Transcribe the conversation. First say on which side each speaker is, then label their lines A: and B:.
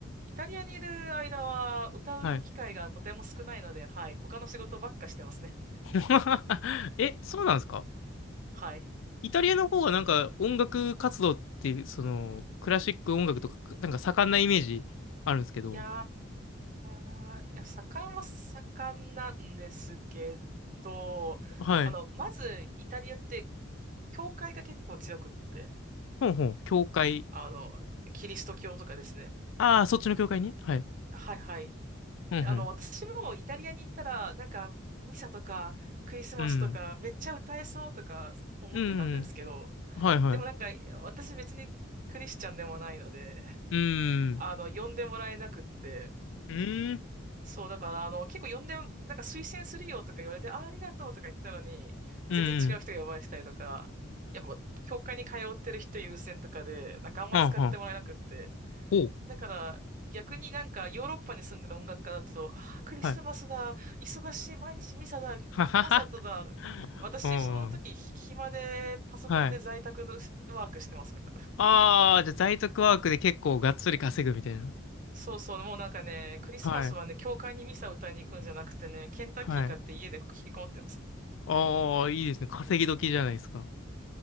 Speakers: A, on the right; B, on the left.
A: イタリアにいる間は歌う機会がとても少ないので、
B: はい。
A: はい、他の仕事ばっかしてますね。
B: <laughs> え、そうなんですか
A: はい。
B: イタリアの方がなんか音楽活動っていう、その、クラシック音楽とか、なんか盛んなイメージあるんですけど。
A: いやー、いや、盛んは盛んなんですけど、
B: はい。
A: あの、まずイタリアって、教会が結構強くって、
B: ほんほん、教会。
A: あの、キリスト教とかですね。
B: ああ、そっちの教会にはい。
A: はいはい。
B: ほんほん。
A: あの、私もイタリアに行ったら、なんか、ミサとか、クリスマスとか、
B: うん。
A: めっちゃ歌えそうとか思ってたんですけど、
B: うん。はいはい。
A: でもなんか、私別にクリスチャンでもないので、<laughs>
B: うん。
A: あの、呼んでもらえなくって、
B: うん。
A: そう、だから、あの、結構呼んで、なんか推薦するよとか言われて、あ、ありがとうとか言ったのに、
B: うん。
A: 全然違う人が呼ばれてたりとか、やっぱ、教会に通ってる人優先とかで、なんかあんま使ってもらえなくって、
B: はんはん。おう。
A: だから、逆になんかヨーロッパに住んでる音楽家だと、ああ、クリスマスだ、
B: はい。
A: 忙しい、毎日ミサだ、
B: ははは。
A: コンサートだ。私、
B: うん。
A: その時、ひ暇でパソコンで在宅のワークしてますから。
B: はい。ああ、じゃあ在宅ワークで結構がっつり稼ぐみたいな。
A: そうそう、もうなんかね、クリスマスはね、
B: はい。
A: 教会にミサ歌いに行くんじゃなくてね、ケンタッキー買って家で引きこもってます。
B: はい。ああ、いいですね。稼ぎ時じゃないですか。